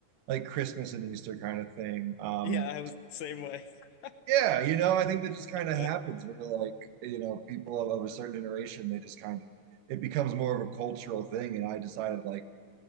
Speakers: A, on the right; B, on the left.
A: like Christmas and Easter kind of thing. Um,
B: yeah, I was the same way. <laughs>
A: yeah, you know, I think that just kind
B: Exactly.
A: of happens where like, you know, people of, of a certain generation, they just kind of it becomes more of a cultural thing, and I decided like.